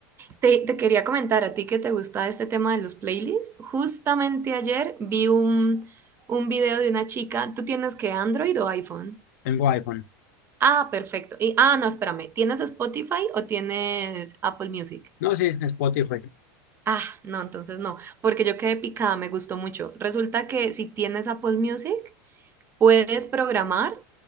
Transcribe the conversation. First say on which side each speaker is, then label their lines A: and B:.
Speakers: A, on the right; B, on the left.
A: Te, te quería comentar a ti que te gusta este tema de los playlists. Justamente ayer vi un, un video de una chica. ¿Tú tienes que Android o iPhone?
B: tengo iPhone.
A: Ah, perfecto. Y, ah, no, espérame. ¿Tienes Spotify o tienes Apple Music?
B: No, sí, Spotify.
A: Ah, no, entonces no, porque yo quedé picada, me gustó mucho. Resulta que si tienes Apple Music, Puedes programar